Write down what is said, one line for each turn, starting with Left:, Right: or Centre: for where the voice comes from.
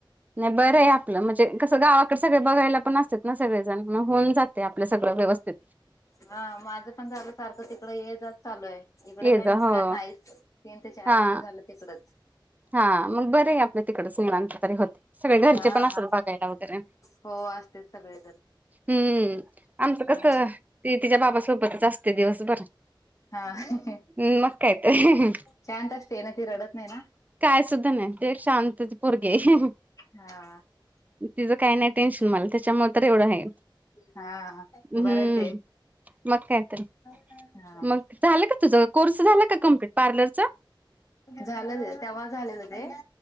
Right: नाही बरं आहे आपलं म्हणजे कसं गावाकडे सगळे बघायला पण असतात ना सगळेजण. मग होऊन जातय आपल सगळं व्यवस्थित.
Left: हा माझं पण झालं सारखं तिकड ये जा चालू हाय इकडं
Right: ये
Left: काही
Right: जा
Left: मी पुण्यात
Right: हो
Left: नाहीच. तीन ते चार
Right: हा
Left: महिने झाले तिकडच
Right: हा मग बरं हाय आपलं तिकडंच निवांत तरी होत सगळे घरचे
Left: हा
Right: पण असतात बघायला वगैरे
Left: हो असतेच सगळेजण
Right: हम्म. आमचं
Left: हा
Right: कस ती तिच्या बाबा सोबतच असते दिवसभर-‍-
Left: हा
Right: हम्म मग काय तर.
Left: शांत असते ना ती रडत नाही ना?
Right: काय सुद्धा नाही ते एक शांतच पोरगी आहं.
Left: हा.
Right: तिचं काही नाही टेन्शन मला त्याच्यामुळे तर एवढं आहे
Left: हा
Right: हम्म.
Left: बरं आहे ते
Right: मग कायतर
Left: हा
Right: मग झालं का तुझ कोर्स झाला का कमप्लीट पार्लरच?
Left: झालं तेव्हा झालेलं ते